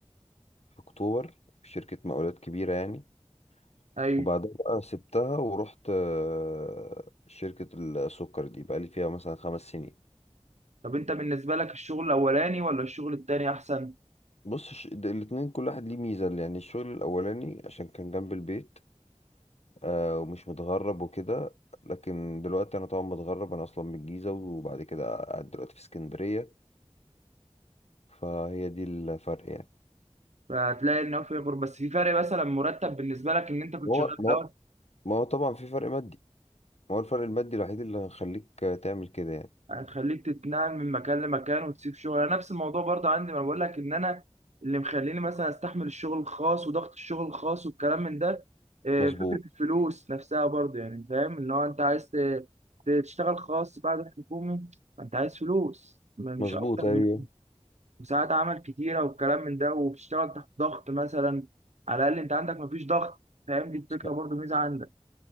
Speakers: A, on the left (about 65°); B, on the right (about 75°).
A: في اكتوبر في شركه مقاولات كبيره يعني
B: ايوه
A: وبعدها بقى سبتها ورحت آه، شركه السكر دي بقى لي فيها مثلا خمس سنين
B: طب انت بالنسبة لك الشغل الاولاني ولا الشغل التاني احسن
A: بص الش- الاتنين كل واحد ليه ميزه يعني الشغل الاولاني عشان كان جنب البيت آه، ومش متغرب وكده لكن دلوقتي انا طبعا متغرب انا اصلا من الجيزه وبعد كده قاعد دلوقتي في اسكندريه فهي دي الفرق يعني
B: فهتلاقي ان هو في فرق بس في فرق مثلا مرتب بالنسبة لك ان انت كنت
A: ما
B: شغال
A: هو
B: في
A: ما
B: الاول
A: هو ما هو طبعا في فرق مادي ما هو الفرق المادي الوحيد اللي هيخليك تعمل كده يعني
B: هتخليك تتنقل من مكان لمكان وتسيب شغل انا نفس الموضوع برضه عندي ما أنا بقول لك ان انا اللي مخليني مثلا استحمل الشغل الخاص وضغط الشغل الخاص والكلام من ده آه،
A: مظبوط
B: فكرة الفلوس نفسها برضه يعني فاهم اللي هو انت عايز ت- تشتغل خاص بعد الحكومي فانت عايز فلوس ما- مش
A: مظبوط
B: اكتر
A: ايوه
B: من كده. وساعات عمل كتيرة والكلام من ده وبتشتغل تحت ضغط مثلا على الاقل انت عندك مفيش ضغط فاهم دي الفكرة
A: صح.
B: برضه ميزة عندك